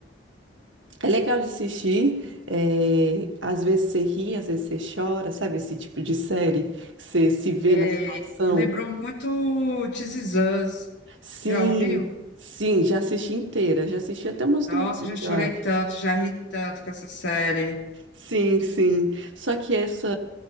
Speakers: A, on the right; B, on the left.
A: É legal de assistir, eh, às vezes você ri, às vezes você chora, sabe esse tipo de série? Que Você se vê
B: Sei.
A: na situação.
B: E Lembrou muito This Is Us.
A: Sim,
B: Já ouviu?
A: sim, já assisti inteira, já assisti até umas
B: Nossa,
A: duas vezes,
B: já chorei
A: eu acho.
B: tanto, já ri tanto com essa série.
A: Sim, sim. Só que essa